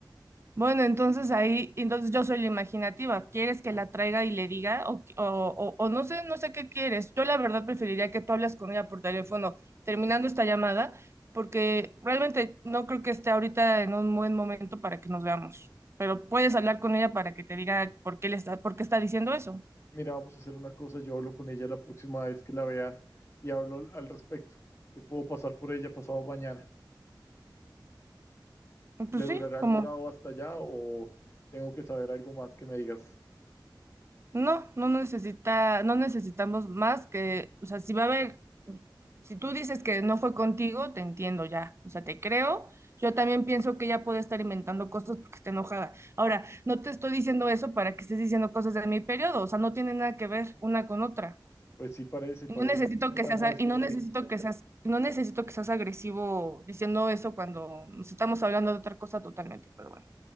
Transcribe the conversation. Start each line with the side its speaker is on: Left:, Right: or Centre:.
Right: Bueno, entonces ahí, entonces yo soy la imaginativa. ¿Quieres que la traiga y le diga? O, o, o- o no sé, no sé qué quieres. Yo la verdad preferiría que tú hablas con ella por teléfono terminando esta llamada, porque realmente no creo que esté ahorita en un buen momento para que nos veamos. Pero puedes hablar con ella para que te diga por qué le está, por qué está diciendo eso.
Left: Mira, vamos a hacer una cosa. Yo hablo con ella la próxima vez que la vea y hablo al al respecto. Yo puedo pasar por ella pasado mañana.
Right: Pues
Left: ¿Le durará
Right: sí, como
Left: el morado hasta allá o tengo que saber algo más que me digas?
Right: No, no necesita, no necesitamos más que, o sea, si va a haber, si tú dices que no fue contigo, te entiendo ya, o sea, te creo. Yo también pienso que ella puede estar inventando cosas porque está enojada. Ahora, no te estoy diciendo eso para que estés diciendo cosas de mi periodo, o sea, no tiene nada que ver una con otra.
Left: Pues sí, parece,
Right: Y
Left: parece
Right: no necesito
Left: el mismo
Right: que
Left: drama
Right: seas, a-
Left: de siempre.
Right: y no necesito que seas, no necesito que seas agresivo diciendo eso cuando nos estamos hablando de otra cosa totalmente, pero bueno.